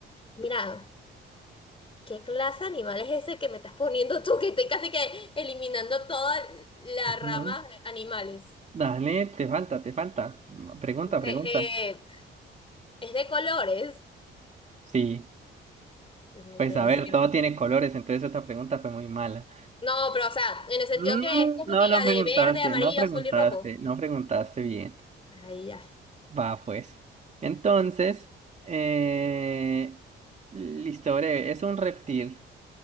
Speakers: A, on the left (about 25°); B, on the right (about 35°).
A: Mira, ¿qué clase de animal es ese que me estás poniendo tú? Que estoy casi que eliminando toda la
B: Ujú.
A: rama animales.
B: Dale, te falta, te falta. Va, Pregunta,
A: Ok,
B: pregunta.
A: eh, es de colores.
B: Sí,
A: No
B: pues a ver,
A: sé
B: todo tiene colores, entonces esta pregunta fue muy mala.
A: No, pero o sea, en el sentido
B: Mm,
A: que es como
B: no,
A: que diga
B: no preguntaste,
A: de verde, amarillo,
B: no preguntaste,
A: azul y rojo.
B: no preguntaste bien.
A: Ahí ya.
B: Va, pues. Entonces, eh... listo, breve, es un reptil.